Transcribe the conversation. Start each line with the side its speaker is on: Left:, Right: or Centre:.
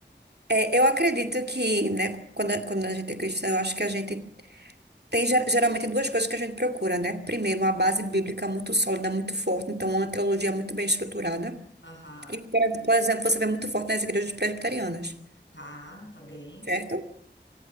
Right: é, eu acredito que, né, quando, a- quando a gente é cristã, eu acho que a gente tem ger- geralmente duas coisas que a gente procura, né? Primeiro, uma base bíblica muito sólida, muito forte, então uma teologia muito bem estruturada.
Left: Aham.
Right: E, por por exemplo, você vê muito forte nas igrejas presbiterianas,
Left: Tá, tá bem.
Right: certo?